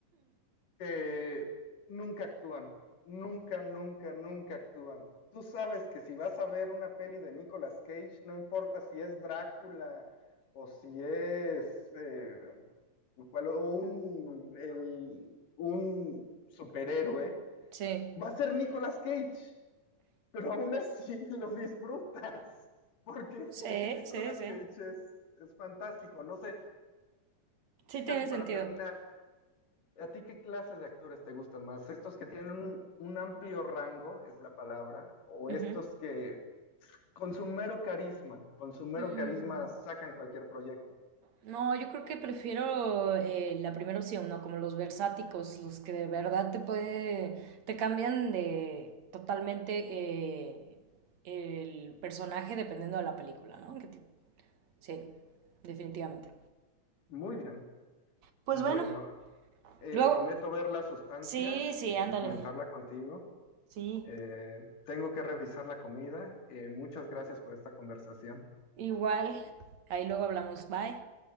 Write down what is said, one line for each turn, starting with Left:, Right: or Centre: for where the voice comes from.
Left: que nunca actúan, nunca, nunca, nunca actúan. Tú sabes que si vas a ver una peli de Nicolas Cage, no importa si es Drácula o si es eh, cual- o un, el- un superhéroe,
Right: Sí.
Left: va a ser Nicolas Cage pero aún así <laughs> lo disfrutas, porque
Right: Sí,
Left: <laughs> Nicolas
Right: sí, sí.
Left: Cage es, es fantástico. No sé,
Right: Sí tiene
Left: casi para
Right: sentido.
Left: terminar, ¿a ti qué clase de actores te gustan más? ¿Estos que tienen un, un amplio rango, es la palabra, o
Right: Ujú.
Left: estos que con su mero carisma, con su mero
Right: Mm,
Left: carisma sacan cualquier proyecto?
Right: No, yo creo que prefiero eh, la primera opción, ¿no? Como los versáticos, los que de verdad te puede, te cambian de totalmente eh, el personaje dependiendo de la película, ¿no? Que te- sí, definitivamente.
Left: Muy bien.
Right: Pues
Left: Bueno,
Right: bueno,
Left: eh,
Right: luego,
Left: prometo ver la sustancia
Right: sí, sí,
Left: eh,
Right: ándale,
Left: y comentarla contigo.
Right: sí,
Left: Eh, tengo que revisar la comida. Eh, muchas gracias por esta conversación.
Right: igual, ahí luego hablamos, bye.